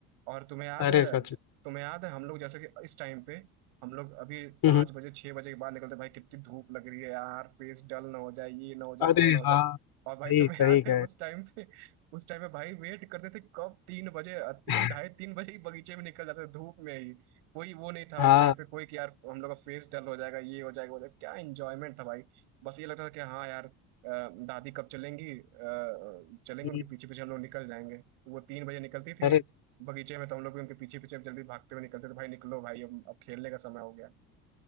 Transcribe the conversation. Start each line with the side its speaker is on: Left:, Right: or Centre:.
Right: और तुम्हें याद
Left: अरे
Right: है
Left: सच
Right: तुम्हें याद है हम लोग जैसे कि इस टाइम पे हम लोग अभी पाँच
Left: में हम्म,
Right: बजे छह बजे के बाद निकलते भाई कितनी धूप लग रही है यार फेस डल ना हो जाए ये ना हो जाए
Left: अरे
Right: वो ना हो जाए
Left: हाँ सही
Right: और भाई तुम्हें
Left: सही
Right: याद
Left: कहे
Right: है उस टाइम पे उस टाइम पे भाई वेट करते थे कब तीन बजे तीन
Left: <laughs>
Right: ढाई तीन बजे ही बगीचे में निकल जाते थे धूप में कोई वो नहीं था
Left: हाँ
Right: उस टाइम पे कोई कि यार हम लोग का फेस डल हो जाएगा ये हो जाएगा वो हो जाएगा क्या एंजॉयमेंट था भाई बस ये लगता था कि हाँ यार अ, दादी कब चलेंगी अ, चलेंगी
Left: हम्म,
Right: उनके पीछे पीछे हम लोग निकल जाएंगे वो तीन बजे निकलती थी
Left: अरे
Right: बगीचे में तो हम लोग भी उनके पीछे पीछे जल्दी भागते हुए निकलते थे भाई निकलो भाई अब अब खेलने का समय हो गया